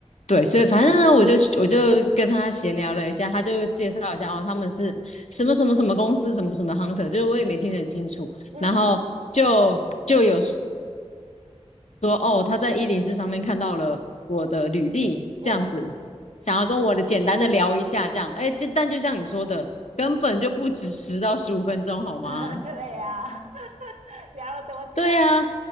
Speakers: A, on the left (about 75°); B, on the right (about 85°).
A: 对，所以反正呢，我就我就跟他闲聊了一下，他就介绍一下哦，他们是什么什么什么公司，什么什么 hunter，就是我也没听得很清楚。
B: 嗯
A: 然后就就有。说哦，他在一零四上面看到了我的履历，
B: 嗯，
A: 这样子，想要跟我的简单的聊一下，这样，哎，但就像你说的，根本就不止十到十五分钟，好吗？
B: <laughs> 对呀、<laughs> 聊了多久？
A: 对啊，